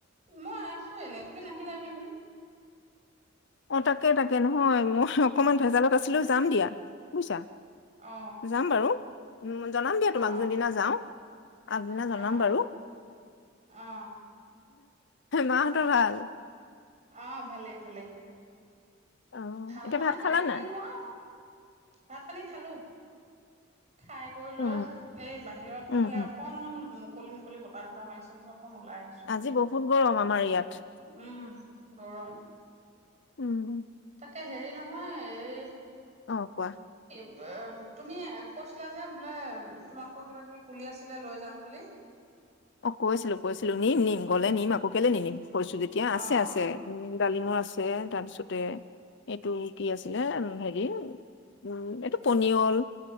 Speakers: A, on the right; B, on the left.
A: মই আছো এনে তুমি নাহিলা আহিম বুলি
B: অ তাকে তাকে নহয় মই অকমান ভেজালত আছিলো যাম দিয়া বুজিছা
A: অ
B: যাম বাৰু উ জনাম দিয়া তোমাক
A: অ
B: যোনদিনা যাওঁ আপুনাক জনাম
A: অ
B: বাৰু
A: অ
B: মাহঁতৰ ভাল
A: অঁ ভালেই ভালে
B: অ
A: ভাল
B: এতিয়া
A: মানে
B: ভাত
A: হে
B: খালা
A: কিনোৱা
B: নাই
A: ভাত পানী খালো খাই কৰি লৈ
B: অ
A: এই বাহিৰত ফালে
B: উম উম
A: অকনমান মুকলি বতাহ এটা মাৰিছে বোলো অকন ওলাই আহিছো
B: আজি বহুত গৰম আমাৰ ইয়াত
A: উম গৰম
B: উম
A: তাকে হেৰি নহয় এ
B: অঁ কোৱা
A: এ তুমি কৈছিলা যে বোলে তোমালোকৰ কিবা কিবি পুলি আছিলে লৈ যাম বুলি
B: অঁ কৈ আছিলো কৈছিলো নিম নিম গ'লে নিম আকৌ কেলে নি নিম এতিয়া আছে
A: অ',
B: আছে উম ডালিমৰ আছে তাৰপিছতে এইটো কি আছিলে হেৰি উম এইটো পনিয়ল